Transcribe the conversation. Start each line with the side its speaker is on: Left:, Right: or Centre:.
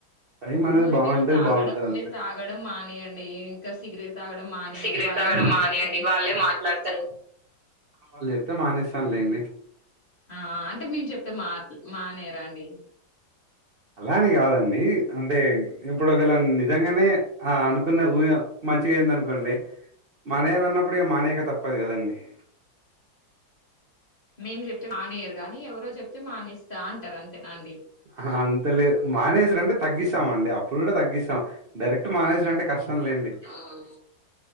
Right: అయిం అనేది
Left: మరి
Right: బాంటే
Left: మీరు తాగడం
Right: బాంటదంతే.
Left: మీరు తాగడం మానేయండి, ఇంకా సిగరెట్ తాగడం మానేయండి,
Right: సిగరెట్
Left: వాళ్ళే
Right: తాగడం
Left: మాట్లాడతారు.
Right: మానేయండి వాళ్ళే మాట్లాడతారు వాళ్ళు జేప్తే మానేసానులేండి.
Left: ఆ అంటే మేము చెప్తే మాట్లూ.. మానేరాండి.
Right: అలాని గాదండి అంటే ఇప్పుడు ఒకలా నిజంగానే ఆ అనుకున్న ఊయ మంచిగా అయిందనుకోండి మానేయలన్నప్పుడూ ఇగ మానెయ్యాక తప్పదు కదండి. !
Left: మేము జేప్తే మానేయరుగాని, ఎవరో జేప్తే మానేస్తా అంటారు అంతేనాండి.
Right: ఆ అంతలేదు మానేసుడు అంటే తగ్గిసమండి అప్పుడు కూడా తగ్గిసం. డైరెక్ట్ మానేసుడంటే
Left: మ్మ్.
Right: కష్టం లేండి. ఆహ్మ్.